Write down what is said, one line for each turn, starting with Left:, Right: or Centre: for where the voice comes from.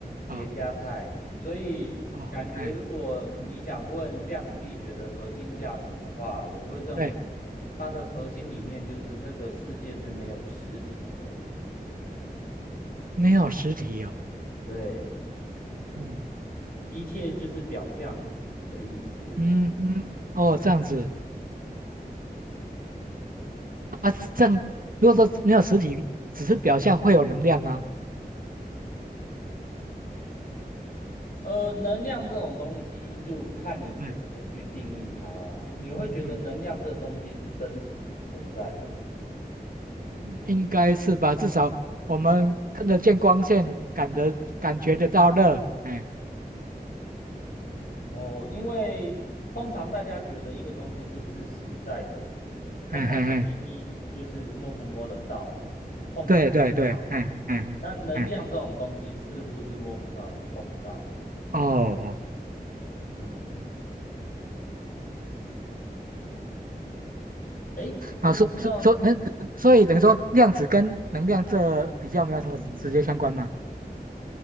Left: 叠加态，
Right: 哦
Left: 所以感觉如果你想问量子力学的核心价值的话，
Right: 哦，哎，
Left: 我会认为
Right: 对，
Left: 它的核心理念就是这个世界是没有实体的，
Right: 没有实体哦，
Left: 对，
Right: 嗯
Left: 一切就是表象的意思啦。
Right: 嗯嗯，哦，
Left: 嗯，
Right: 这样子啊，正如果说没有实体，只是表象会有能量吗？
Left: 呃，能量这种东西就看你是怎么去定义它啦。
Right: 哎，
Left: 你会觉得能量这个东西是真实存在的吗？
Right: 嗯嗯嗯嗯，嗯应该是吧，至少我们看得见光线，感得感觉得到热，哎，
Left: 哦，因为通常大家觉得一个东西是不是实在的，通常的定义就是摸不摸得到，
Right: 哎哎哎，
Left: 碰不碰得到。
Right: 对对对，哎哎哎，
Left: 那能量这种东西似乎是摸不到也碰不到了。
Right: 哦。
Left: 嗯，诶，我不知道，
Right: 好，所所所，嗯，所以等于说量子跟能量这比较没有什么直接相关吗？